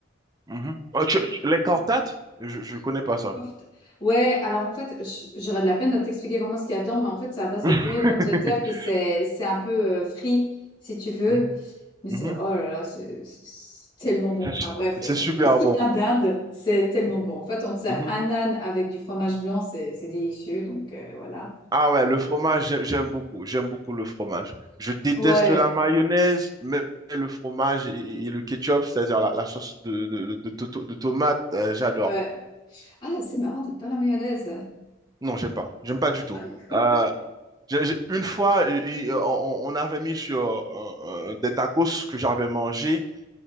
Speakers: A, on the right; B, on the left.
A: mhm. Oh, tu- tu- les cortates? Je je connais pas ça.
B: Soft. Ouais, alors en fait, j- j'aurais de la peine de t'expliquer vraiment ce qu'il y a dedans, mais en fait, c'est à base
A: <laughs>
B: de purée de pommes de terre, puis c'est c'est un peu euh, frit, si tu veux.
A: Mhm,
B: Mais c'est,
A: mhm.
B: oh là là, c'est c'est tellement bon.
A: C'est
B: Enfin
A: su-
B: bref,
A: c'est
B: euh,
A: super
B: tout ce qui
A: bon.
B: vient d'Inde, c'est tellement bon. En fait, on te sert
A: Mhm.
B: un âne avec du fromage blanc, c'est c'est délicieux, donc euh, voilà.
A: Ah ouais, le fromage, j'ai- j'aime beaucoup. J'aime beaucoup le fromage. Je déteste
B: Ouais,
A: la mayonnaise, mais le fromage et, et le ketchup, c'est-à-dire la, la sauce de, de, de, de to- de tomate, euh, j'adore.
B: ouais. Ah, c'est marrant d'être pas la mayonnaise.
A: Non, j'aime pas. J'aime pas du tout.
B: Ah, <laughs>
A: Euh, j'ai- j'ai- une fois, et- et euh, on, on avait mis sur euh, euh, des tacos que j'avais mangé.